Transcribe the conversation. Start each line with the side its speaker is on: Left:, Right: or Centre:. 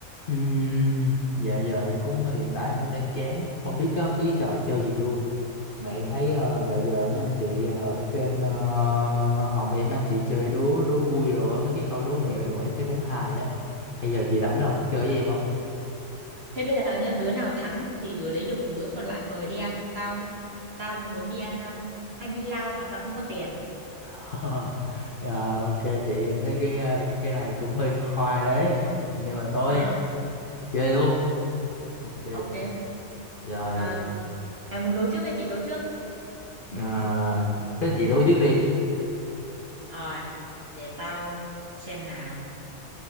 Left: Ừm, dạo giờ em cũng hiện tại em cũng đang chán không biết có cái trò chơi gì vui mà em thấy ờ, dạo giờ mấy anh chị ờ, ở trên ờ, văn phòng em anh chị chơi đố đố vui đồ á mấy cái câu đố mẹo đồ em thấy cũng hài á hay giờ chị rảnh không chơi với em không
Right: Thế bây giờ nhá, đứa nào thắng thì đứa đấy được đứa còn lại mời đi ăn. Tao tao muốn đi ăn um, hay đi lao mà tao không có tiền.
Left: <laughs> Ờ, ok chị em thấy cái ờ, cái này cũng hơi khoai đấy nhưng mà thôi
Right: À,
Left: chơi luôn ok chị
Right: ok.
Left: rồi
Right: Ờ, mày muốn đối trước hay chị đối trước?
Left: ờ, thế chị đố trước đi
Right: Rồi, để tao um, xem nào.